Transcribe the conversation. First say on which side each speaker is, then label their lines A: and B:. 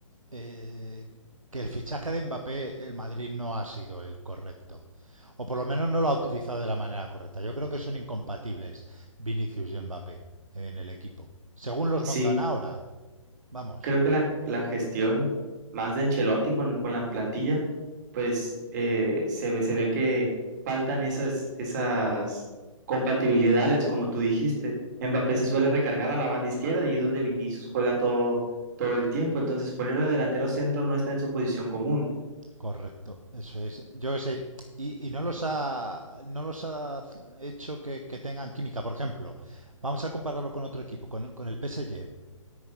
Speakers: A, on the right; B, on the right.
A: eh, que el fichaje de Mbappé, el Madrid no ha sido el correcto. O por lo menos no lo ha utilizado de la manera correcta. Yo creo que son incompatibles Vinicius y Mbappé en el equipo. Según los
B: Sí,
A: montan ahora, vamos,
B: creo que la, la gestión más de Ancelotti con, con la plantilla, pues eh, se ve, se ve que faltan esas, esas compatibilidades, como tú dijiste. Mbappé se suele recargar a la banda izquierda y es donde Vinicius juega todo, todo el tiempo. Entonces, ponerlo de delantero centro no está en su posición común.
A: correcto. Eso es. Yo qué sé. Y, y no los ha, no los ha hecho que, que tengan química. Por ejemplo, vamos a compararlo con otro equipo, con, con el PSG.